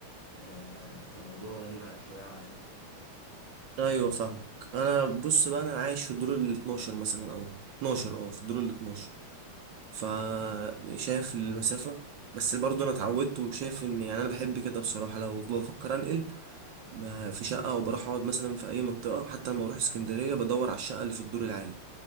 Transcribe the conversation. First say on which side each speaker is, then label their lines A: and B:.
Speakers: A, on the right (about 20°); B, on the right (about 65°).
A: آه، فالموضوع غريب ع- شوية عليا
B: ايوه فاهمك انا بص بقى انا عايش في الدور ال 12 مثلا او ال 12 اه في الدور ال 12 فشايف المسافه بس برضو انا اتعودت وشايف ان يعني انا بحب كده بصراحه لو بفكر انقل ب- في شقه او بروح اقعد مثلا في اي منطقه حتى لما بروح اسكندريه بدور على الشقه اللي في الدور العالي